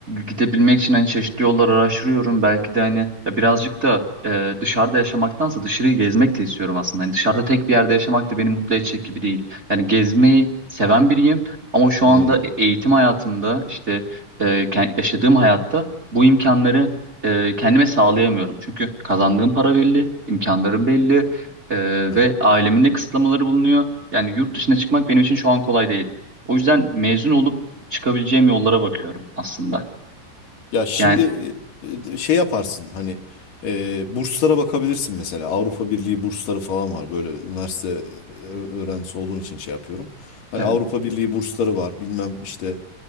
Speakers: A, on the right; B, on the left.
A: gidebilmek için hani çeşitli yollar araştırıyorum. Belki de hani ya birazcık da e, dışarıda yaşamaktansa dışarıyı gezmek de istiyorum aslında. Hani dışarıda tek bir yerde yaşamak da beni mutlu edecek gibi değil. Yani gezmeyi seven biriyim ama şu anda
B: Hmm,
A: e, eğitim hayatımda işte e, ke- yaşadığım hayatta bu imkanları e, kendime sağlayamıyorum. Çünkü kazandığım para belli, imkanlarım belli e,
B: evet.
A: ve ailemin de kısıtlamaları bulunuyor. Yani yurt dışına çıkmak benim için şu an kolay değil. O yüzden mezun olup çıkabileceğim yollara bakıyorum aslında.
B: Ya şimdi
A: Yani
B: e, e, şey yaparsın hani e, burslara bakabilirsin mesela. Avrupa Birliği bursları falan var. Böyle üniversite e, öğrencisi olduğun için şey yapıyorum. Hani
A: evet.
B: Avrupa Birliği bursları var. Bilmem işte